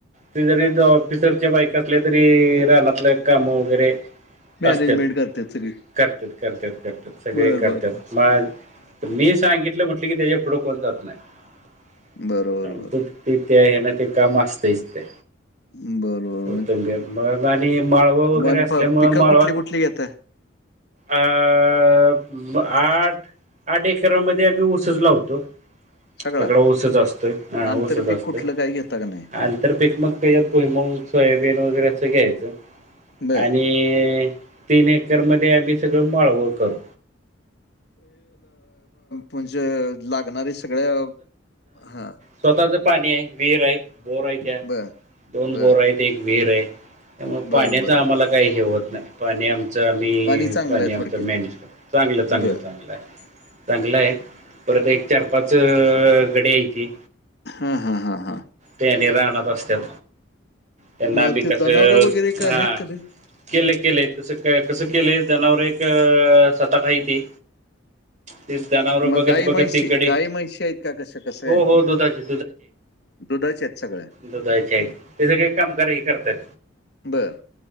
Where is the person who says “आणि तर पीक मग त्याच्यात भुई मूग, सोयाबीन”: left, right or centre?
Right